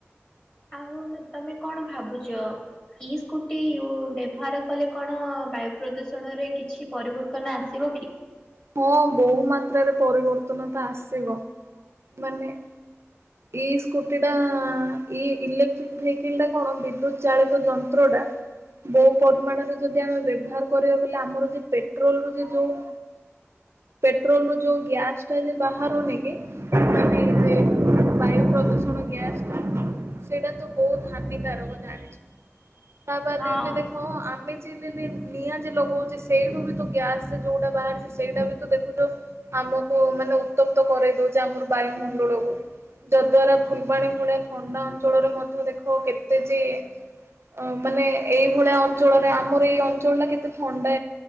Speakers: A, on the left; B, on the right.
A: ଆଉ ତମେ କଣ ଭାବୁଛ? ଇ ସ୍କୁଟି ବ୍ୟବହାର କଲେ କଣ ବାୟୁ ପ୍ରଦୂଷଣରେ କିଛି ପରିବର୍ତ୍ତନ ଆସିବ। ବକି <unintelligible>
B: ହଁ ବହୁ ମାତ୍ରାରେ ପରିବର୍ତ୍ତନ ତ ଆସିବ ମାନେ ଏ ସ୍କୁଟିଟା ଇ ଇଲେକ୍ଟ୍ରିକ ଭେକିଲି ଟା କଣ ବିଦ୍ୟୁତ ଚାଳିତ ଯନ୍ତ୍ର ଟା ବୋ ପରିମାଣରେ ଯଦି ଆମେ ବ୍ୟବହାର କରିବା ବୋଇଲେ ଆମର ଯ ପେଟ୍ରୋଲ ର ଯ ଯୋଉଁ ପେଟ୍ରୋଲ ର ଯୋଉଁ ଗ୍ୟାସ ଟା ଯେ ବାହାରୁନ କି ମାନେ ବାୟୁ ପ୍ରଦୂଷଣ ଗ୍ୟାସ ସେଇଟା ତ ବହୁତ ହାନିକାରକ ଜାଣିଛ। ତାପଦ
A: ହଁ।
B: ଏବେ ଦେଖ ଆମେ ନିଆଁ ଯେ ଲଗଉଛି ସେଇଠୁ ବି ତ ଗ୍ୟାସରେ ଯୋଉଁଟା ବାହାରୁଚି। ସେଇଟା ବି ତ ଦେଖୁଛ ଆମକୁ ମାନେ ଉତ୍ତପ୍ତ କରଇ ଦଉଛି ଆମର ବାୟୁମଣ୍ଡଳକୁ ଯଦ୍ଵାରା ଫୁଲବାଣୀ ଭଳିଆ ଥଣ୍ଡା ଅଞ୍ଚଳରେ ମଧ୍ୟ ଦେଖ କେତେ ଯେ ଅ ମାନେ ଏଇଭଳିଆ ଅଞ୍ଚଳରେ ଆମର ଏଇ ଅଞ୍ଚଳ ଟା କେତେ ଥଣ୍ଡା